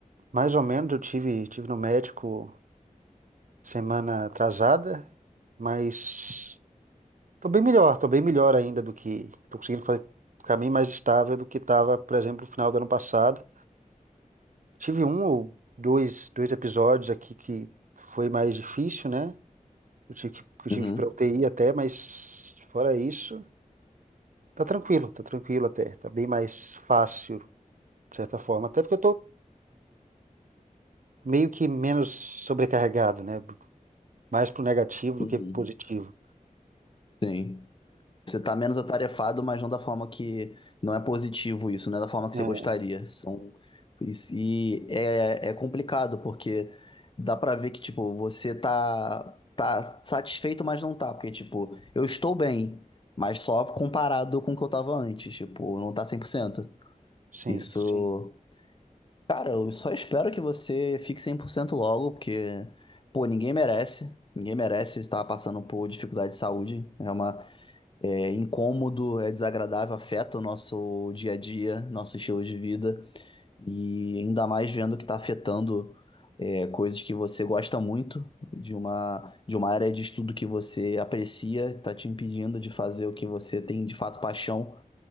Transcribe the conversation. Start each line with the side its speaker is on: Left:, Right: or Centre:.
Right: mais ou menos eu tive, tive no médico semana atrasada, mas Tô bem melhor, tô bem melhor ainda do que. Tô conseguindo fazer, ficar bem mais estável do que estava, por exemplo, no final do ano passado. Tive um ou dois, dois episódios aqui que foi mais difícil, né? Eu tive que, que eu
Left: Uhum.
Right: tive que ir pra UTI até, mas fora isso, tá tranquilo, tá tranquilo até. Tá bem mais fácil, de certa forma. Até porque eu tô meio que menos sobrecarregado, né? Mais pro negativo do
Left: Uhum.
Right: que positivo.
Left: Sim. Você está menos atarefado, mas não da forma que. Não é positivo isso, não é da forma que
Right: É,
Left: você gostaria. São, e se- é, é complicado, porque dá pra ver que, tipo, você tá, tá satisfeito, mas não tá. Porque, tipo, eu estou bem, mas só comparado com o que eu tava antes. Tipo, não tá 100%.
Right: sim,
Left: Isso.
Right: sim,
Left: Cara, eu só espero que você fique 100% logo, porque, pô, ninguém merece. Ninguém merece estar passando por dificuldade de saúde. É uma, é incômodo, é desagradável, afeta o nosso dia a dia, nosso estilo de vida, e ainda mais vendo que está afetando é, coisas que você gosta muito, de uma, de uma área de estudo que você aprecia, está te impedindo de fazer o que você tem de fato paixão.